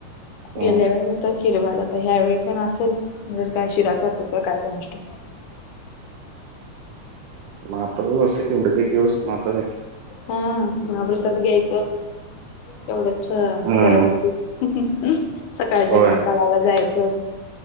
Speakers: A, on the right; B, on the left.
A: हा
B: गेल्या वेळी हो ता खीर भात आता ह्यावेेळी पण असेल, जर काय शिरा करतात की काय कोणास ठाऊक?
A: महाप्रसाद असत. तेवढच एक दिवस महाप्रसादसाठी
B: हं. महाप्रसाद घ्यायचं. तेवढंच छ
A: हम्म
B: बरं वाटत. सकाळी जन्म
A: होय
B: कालाला जायचं.